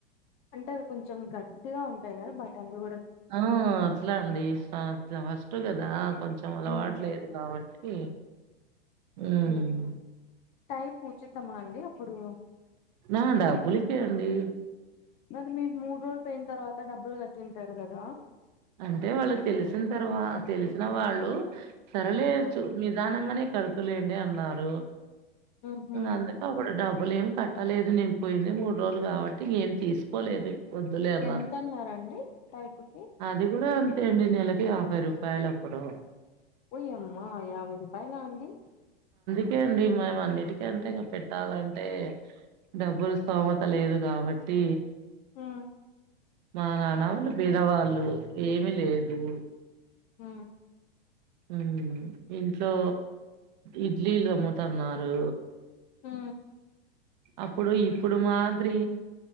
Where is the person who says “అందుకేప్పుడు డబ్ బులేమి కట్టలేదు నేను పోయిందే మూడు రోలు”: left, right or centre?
Right